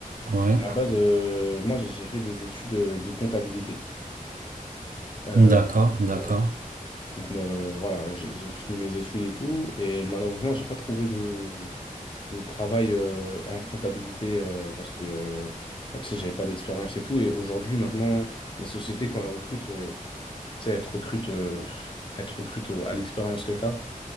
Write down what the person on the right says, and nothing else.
ouais.
D'accord, d'accord.